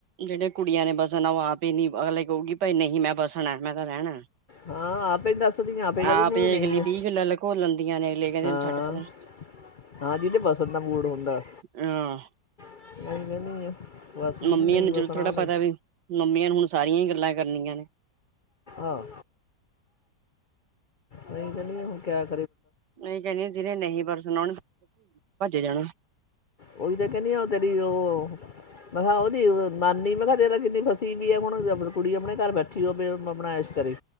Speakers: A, on the right; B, on the left.
A: ਜਿਹੜੇ ਕੁੜੀਆਂ ਨੇ ਬਸਣ ਉਹ ਆਪ ਹੀ ਨੀ ਅਗਲੇ ਕਹੂਗੀ ਭਾਈ ਨਹੀਂ ਮੈਂ ਬਸਣਾ। ਮੈਂ ਤਾਂ ਰਹਿਣਾ।
B: ਹਾਂ ਆਪੇ ਦੱਸਦੀ ਆਪੇ ਕ
A: ਆਪ
B: ਦਦੀ
A: ਹੀ
B: ਵੀ ਨਹੀਂ
A: ਅਗਲੀ
B: ਆ।
A: ਵੀਹ ਗੱਲਾਂ ਲਕੋ ਲੈਂਦੀਆਂ ਨੇ ਅਗਲੇ ਕਹਿੰਦੇ
B: ਹਾਂ
A: ਛੱਡ ਪਰਾ।
B: ਹਾਂ ਜਿਦੇ ਬਸੰਤ ਦਾ ਮੂਡ ਹੁੰਦਾ
A: ਹਾਂ
B: <inaudible> ਜਿਹਨੂੰ
A: ਮੰਮੀਆਂ
B: ਨਹੀਂ
A: ਨੂੰ
B: ਵਸਣਾ
A: ਚਦੋ ਥੋੜ੍ਹਾ
B: ਉਹਨੇ
A: ਪਤਾ ਵੀ ਮੰਮੀਆਂ ਨੂੰ ਹੁਣ ਸਾਰੀਆਂ ਹੀ ਗੱਲਾਂ ਕਰਨੀਆਂ ਨੇ
B: ਆਾਂ ਨਹੀਂ, ਗਰਮੀ ਹੁਣ ਕਹਿਰ
A: ਨਹੀਂ ਕਹਿੰਦੀ, ਜਿਹਨੇ ਨਹੀਂ ਪਰ ਸੁਣਾ ਜਾਣਾ
B: ਉਹੀ ਤੇ ਕਹਿੰਦੀ ਆ, ਉਹ ਤੇਰੀ ਉਹ ਮੈਂ ਕਿਹਾ, ਉਹ ਨੀ ਨਾਨੀ ਮੈਂ ਕਿਹਾ ਤੇਰਾ ਕਿੰਨੀ ਫਸੀ ਵੀ ਆ, ਹੁਣ ਕੁੜੀ ਆਪਣੇ ਘਰ ਬੈਠੀ ਉਹ ਆਪਣਾ ਐਸ਼ ਕਰੀ